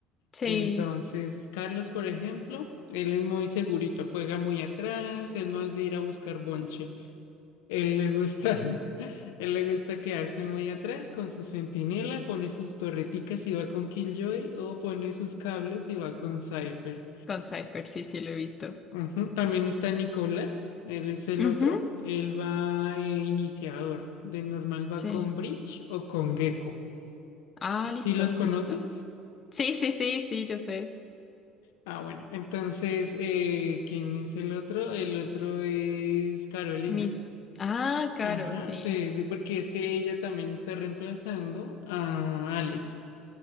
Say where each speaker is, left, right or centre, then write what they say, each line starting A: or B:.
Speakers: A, on the left; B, on the left.
A: Sí,
B: Entonces, Carlos, por ejemplo, él es muy segurito, juega muy atrás, él no es de ir a buscar bonche. Él le gusta, <laughs> él le gusta quedarse muy atrás con su centinela, pone sus torreticas y va con Killjoy o pone sus cables y va con Cypher.
A: con Cypher, sí, sí, lo he visto.
B: Ujú, También está Nicolás, él es el
A: Ujú,
B: otro, él va eh, iniciador, de normal
A: Sí.
B: va con Bridge o con Gecko.
A: Ah, listo,
B: ¿Y los conoces?
A: listo. Sí, sí, sí, sí, yo sé.
B: Ah, bueno, entonces, eh, ¿quién es el otro? El otro es Carolina.
A: Mis. Ah, claro,
B: Ajá,
A: sí.
B: sí, sí, porque es que ella también está reemplazando a Alex,